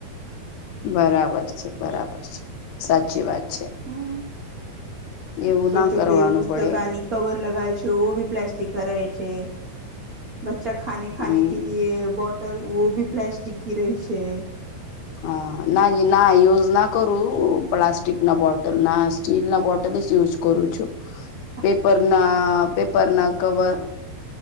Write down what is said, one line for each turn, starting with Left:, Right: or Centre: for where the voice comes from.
Left: બરાબર છે બરાબર છે સાચી વાત છે.
Right: હમ
Left: એવું
Right: બચ્ચો
Left: ના કરવાનું
Right: કે પુસ્તકાની
Left: પડે
Right: કવર લગાય છે ઓભી પ્લાસ્ટિક કા રહે છે. બચ્ચા ખાને ખાને
Left: હમ
Right: કે લિએ બોટલ ઓ ભી પ્લાસ્ટિક કી રહી છે.
Left: હા ના ના યુઝ ના કરું પ્લાસ્ટિક ના બોટલ ના સ્ટીલ ના બોટલસ યુઝ કરું છું.
Right: હમ <unintelligible>
Left: પેપર ના પેપર ના કવર